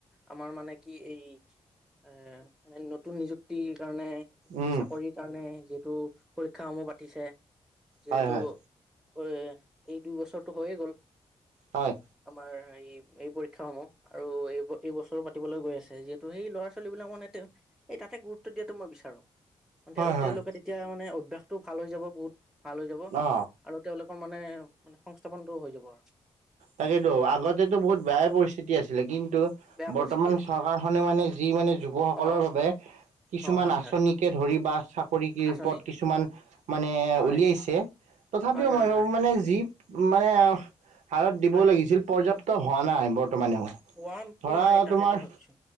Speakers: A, in the centre; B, on the right.
A: আমাৰ মানে কি এই এ মানে নতুন নিযুক্তি কাৰণে মানে
B: উম
A: চাকৰি কাৰণে যি তটো পৰীক্ষা সমূহ পাতিছে যিহেতু
B: হয় হয়
A: অ এই দু টো হৈয়ে গ'ল
B: হয়
A: আমাৰ এই এই পৰীক্ষা সমূহ আৰু এই এই বছৰো পাতিবলৈ গৈ আছে যিহেতু সেই ল'ৰা ছোৱালী বিলাক মানে এই তাতে গুৰুত্ব দিয়াতটো মই বিচাৰো।
B: হয় হয়
A: তেওঁলোকে তেতিয়া মানে টো ভাল হৈ যাব বহুত ভাল হৈ যাব
B: অ
A: আৰু তেওঁলোক মানে মানে সংস্থাপনটোটো হৈ যাব আৰু
B: তাকেতো আগতেতো বহুত বেয়াই
A: অ
B: পৰিস্থিতি আছিলে কিন্তু
A: বেয়া
B: বৰ্তমান
A: পৰিস্থিতি আছিলে
B: চৰকাৰখনে মানে যি মানে যুৱসকলৰ
A: অ
B: বাবে কিছুমান
A: অ হয়
B: আঁচনিকে
A: হয়
B: ধৰ কৰিবা চা পৰি
A: আঁচনি
B: পথ কিছুমান মানে
A: হয়
B: উলিয়াইছে তথাপিও
A: হয় হয়
B: মই ভাবো
A: হয়
B: মানে যি মানে হাৰত দিবও
A: হয়
B: লাগিছিল পৰ্যাপ্ত টো হোৱা নাই বৰ মানে
A: ওৱান
B: ধৰা
A: টু নাই তাকেতো
B: তোমাৰ
A: ভাবিছো